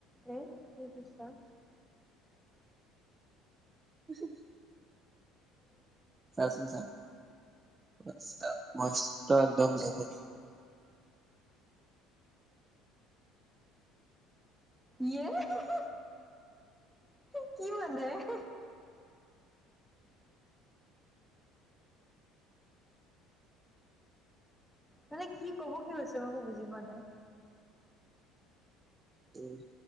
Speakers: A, in the centre; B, on the right.
A: এ কি দিছা <unintelligible>
B: উচো উহ। চা চোন চা, মস্ত মস্ত একদম জমনি।
A: য়ে হেহে হে কি মানে হে? মানে কি কব কি হৈছে মই একো বুজি পোৱা নাই?
B: উম।